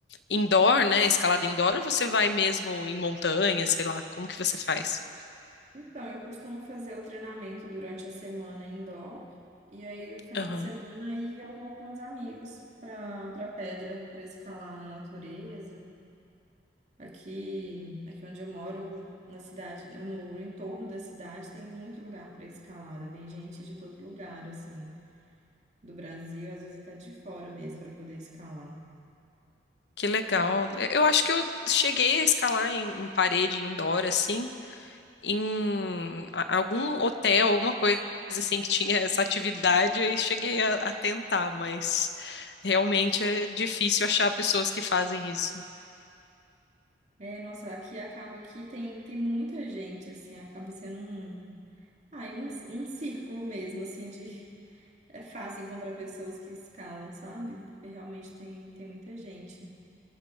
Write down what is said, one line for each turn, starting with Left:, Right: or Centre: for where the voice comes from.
Left: indoor, né? Escalada indoor, ou você vai mesmo em montanha, sei lá, como que você faz?
Right: Então, eu costumo fazer o treinamento durante a semana indoor, e aí o final
Left: Aham.
Right: de semana aí eu vou com os amigos para para pedra, para escalar na natureza. Aqui, aqui onde eu moro, na cidade, no, no entorno da cidade, tem muito lugar para escalada. Vem gente de todo lugar, assim, do Brasil, às vezes até de fora mesmo, para poder escalar.
Left: Que legal. Eu eu acho que eu cheguei a escalar em, em parede indoor, assim, em a- algum hotel, alguma coisa assim que tinha essa atividade, aí cheguei a, a tentar, mas realmente é difícil achar pessoas que fazem isso.
Right: É, nossa, aqui acaba que tem, tem muita gente, assim, acaba sendo um, ah, e um, um círculo mesmo, assim, de é fácil encontrar pessoas que escalam, sabe? Porque realmente tem, tem muita gente.